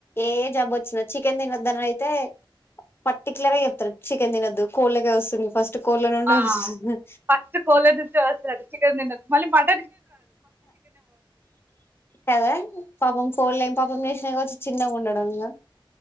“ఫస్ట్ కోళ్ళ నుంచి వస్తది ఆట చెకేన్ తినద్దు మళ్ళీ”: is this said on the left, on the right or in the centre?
Right